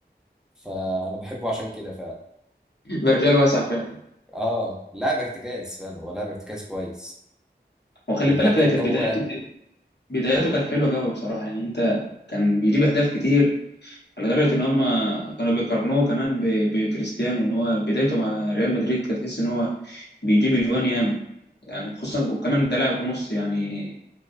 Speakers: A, in the centre; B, on the left.
A: فانا بحبه عشان كده فعلا
B: برجال واسع فعلا
A: اه لاعب ارتكاز فعلا هو لاعب ارتكاز كويس
B: وخلي
A: ونحطه
B: بالك هي
A: قدامه
B: كانت بدايته
A: بقى
B: بدايته كانت حلوة قوي بصراحة يعني انت كان بيجيب أهداف كتير على درجة إن هم كانوا بيقارنوه كمان ب- بكريستيانو إن هو بدايته مع ريال مدريد كانت تحس إن هو بيجيب أجوان ياما يعني خصوصا كمان ده لاعب نص يعني